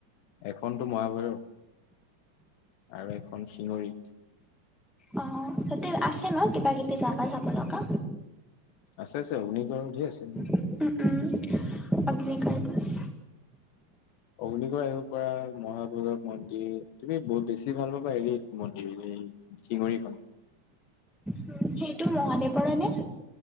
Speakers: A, on the left; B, in the centre.
A: এখনতো মহাভৈৰৱ আৰু এখন চিঙৰি
B: অ আছে ন কিবা কিবি যাগা চাবা
A: আছে-আছে অগ্নিগড় ঢেৰ আছে।
B: উ, উম আগ্নি <unintelligible> আছে
A: অগ্নীগড় আহিব পৰা মহাভৈৰৱ মন্দিৰ তুমি বহুত বেছি ভাল পাবা এৰি মন্দিৰ শিঙৰিখন
B: উম সেইটো মহাদেৱৰেনে